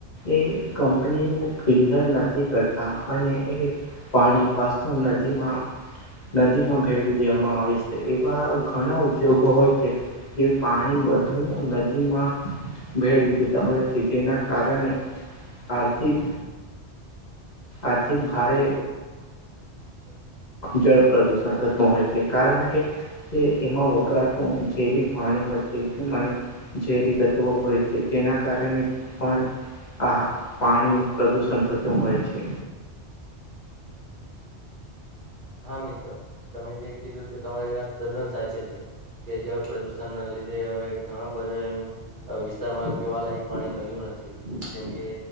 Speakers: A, on the left (about 40°); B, on the right (about 45°).
A: એ કંપની એ ફિલ્લર નથી કરતા અને એ પાણી પાસું નદીમાં નદીમાં ભેળવી દેવામાં આવે છે એવા ઘણા ઉદ્યોગો હોય છે. જે પાણી બધું નદીમાં ભેળ વિધેતા હોય છે જેના કારણે, આર્થિક. આર્થિક ભારે જળ પ્રદુષણ થતું હોય છે કારણ કે. તે એમાં વપરાતું જે પાણી હોય તે. ઝેરી તત્વો હોય છે જેના કારણે પણ. આ પાણી પ્રદુષણ થતું હોય છે.
B: હા મિત્રો, તમે જે કીધું તે તમારી વાત તદ્દન સાચે છે. કે જળ પ્રદુષણ ના લીધે હવે ઘણા બધા વિસ્તારમાં પીવાલાયક પાણી રહ્યું નથી. જેમ કે